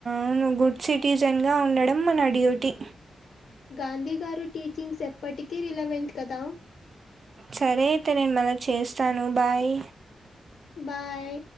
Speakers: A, on the right; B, on the left.
A: ఔను గుడ్ సిటిజన్ గా ఉండడం మన డ్యూటీ
B: గాంధీ గారు టీచింగ్స్ ఎప్పటికీ రిలెవెంట్ కదా
A: సరే అయితే నేను మళ్ళ చేస్తాను బాయ్
B: బాయ్